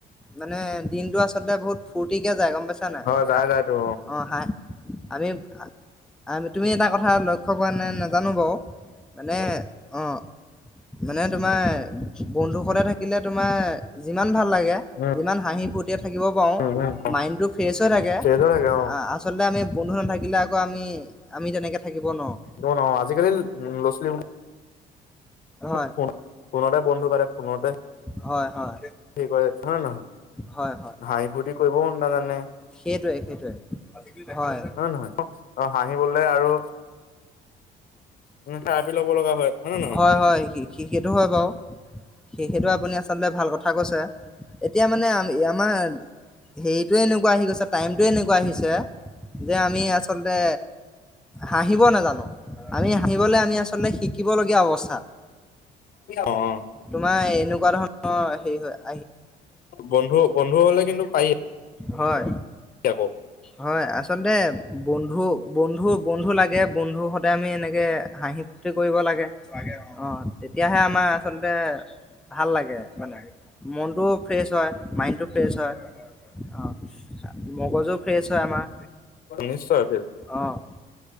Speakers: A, in the centre; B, on the left (about 60°).
A: মানে দিনটো আচলতে বহুত ফূৰ্তিকে যায় গম পাইছা নাই,
B: হয় যাই যায়তো
A: অ হা আমি। আ তুমি এটা কথা লক্ষ্য কৰা নাই নাজানো বাওঁ মানে অ, মানে তোমাৰ বন্ধু সতে থাকিলে তোমাৰ যিমান ভাল লাগে
B: উম
A: যিমান হাঁহি ফূৰ্তিয়াই থাকিব পাৰোঁ।
B: উম উম
A: মাইণ্ডটো ফ্ৰেছ হৈ থাকে
B: চেঞ্জ হৈ থাকে অ
A: আচলতে আমি। বন্ধু নাথাকিলে আকৌ আমি, আমি তেনেকে থাকিব নোৱাৰো।
B: ন, ন আজিকালি ল'ৰা ছোৱালী
A: হয়
B: ফ, ফোনতে বন্ধু পাতে- ফোনতে,
A: হয় হয়
B: কৰে হয় নে নহয়।
A: হয় হয়
B: হাঁহি, ফূৰ্তি কৰিবও নাজানে।
A: সেইটোৱে সেইটোৱে হয়।
B: হয় নহয় কক অ', হাঁহিবলে আৰু উম থেৰাপি ল'ব লগা হয় নে নহয়
A: হয়, হয় সেই-সেইটো হয় বাৰু। সে সেইটো আপুনি আচলতে ভাল কথা কৈছে এতিয়া মানে আমি আমাৰ হেৰিটো এনেকুৱা আহি গৈছে টাইমটোৱেই এনেকুৱা আহিছে যে আমি আচলতে হাঁহিব নাজানো আমি হাঁহিবলে আমি আচলতে শিকিব লগীয়া অৱস্থা।
B: অ'।
A: তোমাৰ এনেকুৱা ধৰণৰ হেৰি হয়।
B: বন্ধু-বন্ধু হলে কিন্তু পাৰি।
A: হয়,
B: আকৌ
A: হয় আচলতে বন্ধু, বন্ধু, বন্ধু লাগে বন্ধু সদায় আমি এনেকে হাঁহি ফূৰ্তি কৰিব লাগে। লাগে অ অ', তেতিয়াহে আমাৰ আচলতে ভাল লাগে মানে। মনটো ফ্ৰেছ হয় মাইণ্ডটো ফ্ৰেছ হয় অ'। মগজো ফ্ৰেছ হয় আমাৰ।
B: নিশ্চয়
A: অ',